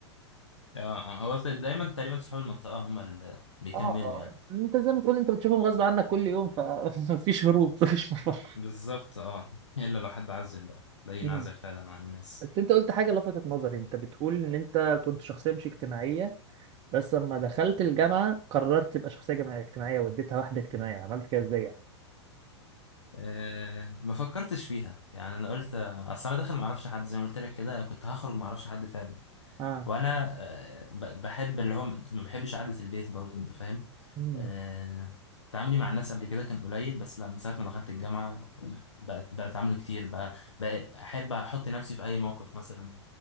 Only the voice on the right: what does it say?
اه آه،
انت زي ما تقول انت بتشوفهم غصب عنك كل يوم فمفيش <laughs> هروب مفيش مفر
<laughs>
مم.
بس انت قلت حاجة لفتت نظري انت بتقول ان انت كنت شخصية مش اجتماعية بس لما دخلت الجامعة قررت تبقى شخصية جماعية- اجتماعية واديتها واحدة اجتماعية عملت كده ازاي يعني؟
اه
مم.